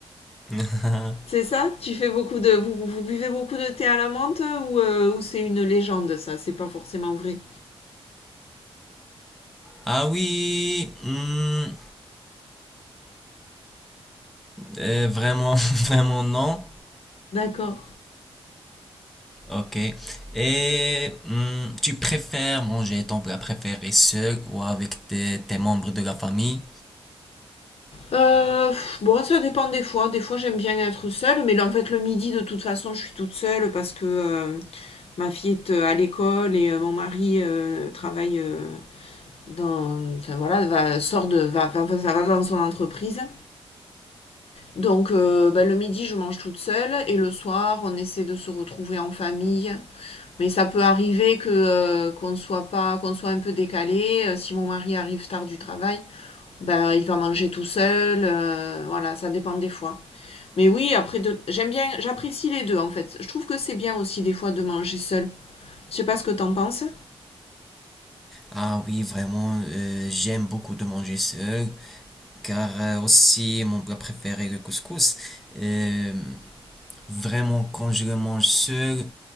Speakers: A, in the centre; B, on the left.
A: <laughs>
B: C'est ça Tu fais beaucoup de... Vous, vous buvez beaucoup de thé à la menthe euh, ou, euh, ou c'est une légende ça C'est pas forcément vrai.
A: Ah oui, hum, euh, vraiment, <laughs> vraiment non.
B: D'accord.
A: Ok. Et hum, tu préfères manger ton plat préféré seul ou avec tes tes membres de la famille?
B: Euh, pff, bon, ça dépend des fois. Des fois, j'aime bien être seule, mais là, en fait, le midi, de toute façon, je suis toute seule parce que euh, Ma fille est euh, à l'école et euh, mon mari euh, travaille euh, dans. Enfin voilà, va, sort de, va, va, va- va dans son entreprise. Donc euh, ben, le midi, je mange toute seule et le soir, on essaie de se retrouver en famille. Mais ça peut arriver que euh, qu'on soit pas, qu'on soit un peu décalé. Euh, si mon mari arrive tard du travail, ben il va manger tout seul. euh, voilà, ça dépend des fois. Mais oui, après, de- j'aime bien, j'apprécie les deux en fait. Je trouve que c'est bien aussi des fois de manger seul. Je sais pas ce que t'en penses.
A: Ah oui, vraiment, euh, j'aime beaucoup de manger seul, car euh, aussi mon plat préféré, le couscous. Euh, vraiment, quand je le mange seul,